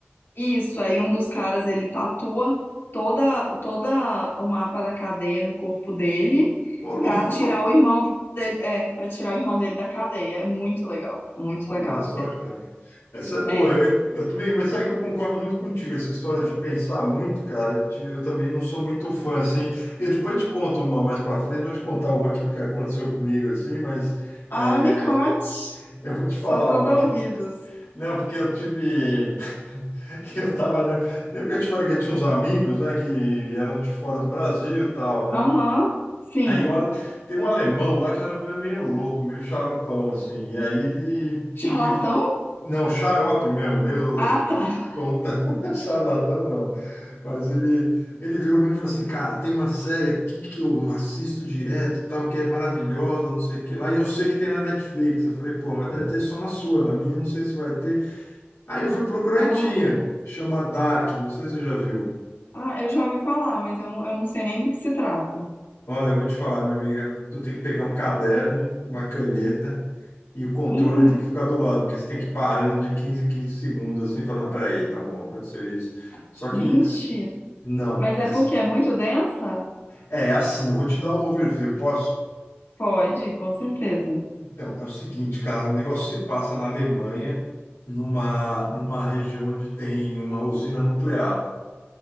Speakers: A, on the left; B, on the left.
A: Isso, aí um dos caras ele tatua toda, toda o mapa da cadeia no corpo dele
B: Ô,
A: pra
B: louco.
A: tirar o irmão dele, é, para tirar o irmão dele da cadeia. É muito legal, muito
B: Olha
A: legal
B: só,
A: a série.
B: cara. Essa é boa.
A: É.
B: Eu, eu também, mas sabe que eu concordo muito contigo, essa história de pensar muito, cara. Eu, te- eu também não sou muito fã, assim. Eu depois te conto uma mais pra frente, vou te contar uma que que aconteceu comigo, assim, mas
A: Ah,
B: é,
A: me conte.
B: eu vou te falar
A: Sou toda
B: uma aqui.
A: ouvidos.
B: Não, porque eu tive. <laughs> Eu tava. Lembra lembra que eu te falei que eu tinha uns amigos, né, que eram de fora do Brasil e tal, né?
A: Aham, sim.
B: Aí eu, al- tem um alemão lá que o alemão é meio louco, meio xaropão, assim. E aí ele.
A: Charlatão?
B: ele me não, xarope mesmo, meio
A: Ah, tá.
B: Tonta, <laughs> charlatão não. Mas ele, ele virou para mim e falou assim, cara, tem uma série aqui que eu assisto direto, tal, que é maravilhosa, não sei o que lá, e eu sei que tem na Netflix. Eu falei, pô, mas deve ter só na sua, na minha não sei se vai ter. Aí eu fui procurar
A: Ah,
B: e tinha, chama Dark, não sei se você já viu.
A: ah, eu já ouvi falar, mas eu não, eu não sei nem do que se trata. <laughs>
B: Olha, eu vou te falar, minha amiga, tu tem que pegar um caderno, uma caneta, e o controle
A: Ah,
B: tem que ficar do lado, porque você tem que ir parando de 15 em 15 segundos, assim, falando, "Ah, peraí, tá bom, aconteceu isso. Só que,
A: mentira.
B: não,
A: Mas é
B: é
A: porque é muito densa?
B: É assim, eu vou te dar um overview, posso?
A: Pode, com certeza.
B: Então, é o seguinte, cara, o negócio se passa na Alemanha, numa, numa região onde tem uma usina nuclear.